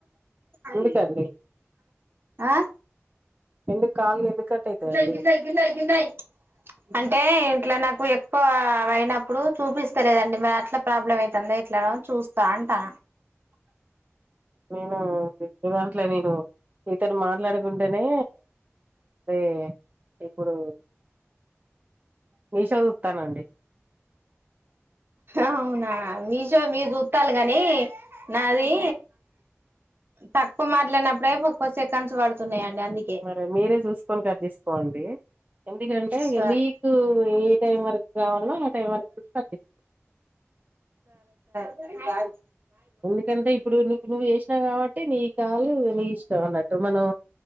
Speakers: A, on the right; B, on the right.
A: అయ్యో
B: ఎందుకండి
A: ఆ
B: ఎందుకు కాలిగా ఎందుకు కట్ అయితదండి
A: గిలాయి గిలాయి గిలాయి గిలాయి. అంటే ఇట్లా నాకు ఎక్కువ అయినప్పుడు చూపిస్తలేదండి మరి అట్ల ప్రాబ్లం అయితంది ఇట్లా చూస్తా అంటా.
B: నేనా నీ దాంట్లో నేను నీతోటి మాట్లాడుకుంటేనే దే ఇప్పుడు. మీషో చూస్తానండి
A: అవునా మీ మీరు చుట్టాలే కాని నాది తక్కువ మాట్లాడినప్పుడే ముప్పై సెకండ్స్ పడుతున్నాయండి. అందుకే
B: మరి మీరే చూసుకొని కట్ చేసుకోండి. ఎందుకంటే
A: సరే
B: మీకు ఏ టైం వరకు కావాలో ఆ టైం వరకు చూసి కట్టిస్తాం.
A: నువ్వు తాగు.
B: ఎందుకంటే ఇప్పుడు నువ్వు నువ్వు చేసినావు కాబట్టి నీ కాలు నీ ఇష్టం అన్నట్టు మనం.